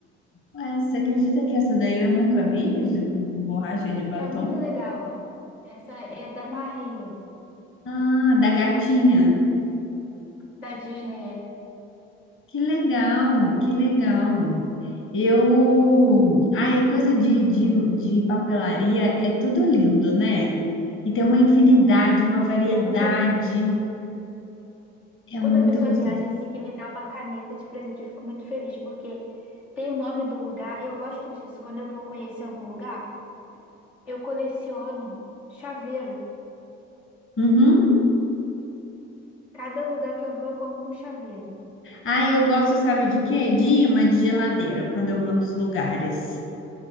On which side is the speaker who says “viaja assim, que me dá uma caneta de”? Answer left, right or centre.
Left